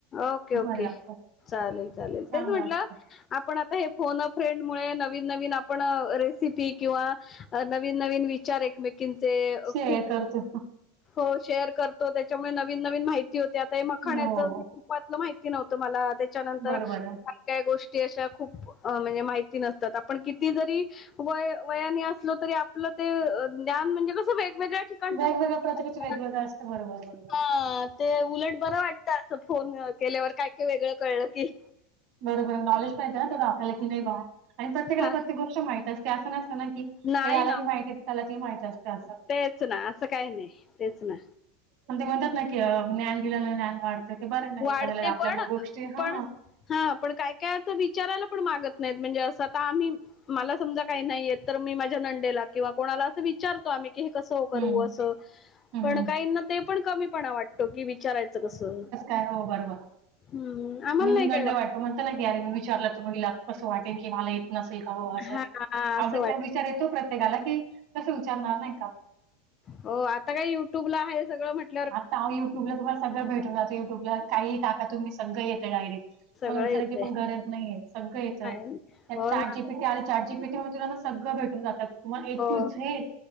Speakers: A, on the left (about 30°); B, on the right (about 55°).
A: ओके
B: खूप
A: ओके
B: भारी लागतो
A: चालेल चालेल,
B: छान
A: तेच म्हटलं?
B: लागतो
A: आपण आता हे फोन फ्रेंड मुळे, नवीन नवीन आपण रेसिपी किंवा. अ नवीन नवीन विचार एकमेक एकमेकींचे
B: शेअर
A: खूप
B: करतो
A: हो शेअर करतो त्याच्यामुळे नवीन नवीन माहिती हो आता हे मखाचं
B: हो
A: माहिती नव्हतं मला त्याच्यानंतर.
B: बरोबर आहे
A: काही गोष्ट अशा खूप म्हणजे, माहिती नसतात आपण किती जरी व वयाने असू. आसलो तरी आपलं ते म्हणजे ज्ञान म्हणजे कसं ते वेगवेगळ्या ठिकाणी.
B: वेगवेगळ्या प्रत्येकाचं
A: <unintelligible>
B: वेगवेगळं असतं बरोबर बरोबर
A: हा ते उलट बर वाटत. असं फोन केल्यावर, काय काय वेगळं कळलं की
B: बरोबर नॉलेज माहतीे ना ते, आपल्याला की नाही वा, आणि प्रत्येकाला
A: हा
B: प्रत्येक गोष्ट माहती असते, असं नसतं ना की.
A: नाही
B: यालाही
A: ना
B: माहिती त्याला ते माहित असतें असं.
A: तेच ना अस काही नाही तेच ना.
B: आणि ते म्हणतात ना, की ज्ञान दिल्यान ज्ञान वाढतं, ते बर ना
A: वाढते
B: एखाद्याला आपल्या
A: पण
B: मूळ गोष्टी हा
A: पण हा पण काय काय आस विचारायला पण मागत नाहीत, म्हणजे असं आता आम्ही. मला समजा काही नाही येत, तर मी माझ्या नंदेला किंवा कोणाला असं विचारतो आम्ही! हे कसं करू
B: हम्म
A: असं,
B: हम्म
A: पण काही ना ते पण कमी पणा वाटतो की, विचारायचं कसं.
B: नाय हो बरोबर,
A: हम्म, आम्हाला
B: न्यूनगंड
A: नाही काय वाटत
B: वाटतो म्हणतो ना की अरे मी विचारल तर मग हिला कस वाटेल की, मला येत नसेल का बाबा अस
A: हा हा, असं वाटत
B: <unintelligible> विचार येतो प्रत्येकाला की, कस विचारणार नाही का?
A: हो आता काय युट्युबला आहे, सगळं म्हट
B: आता अहो युट्यूबला तुम्हाला सगळं भेटून जात, युट्यूबला काही टाका तुमी सगळ येतं डायरेक्ट.
A: सगळं
B: मला विचारायची
A: येतंय
B: पण गरज नाहीेय, सगळं येत
A: आहे ना.
B: त्यात
A: हो
B: चाटजीपीटी
A: ना
B: आल चाट जीपीटी मधून तुलाना सगळं भेटून जात. तुम्हाला ए
A: हो
B: टू झेड